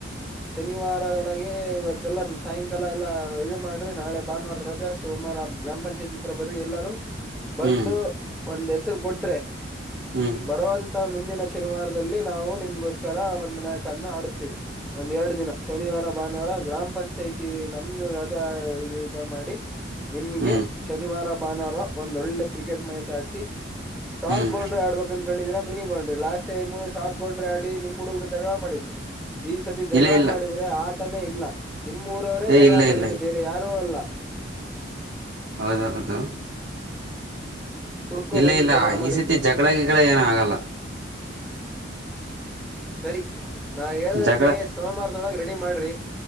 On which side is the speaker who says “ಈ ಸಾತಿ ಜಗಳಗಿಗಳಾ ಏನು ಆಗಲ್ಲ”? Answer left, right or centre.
Right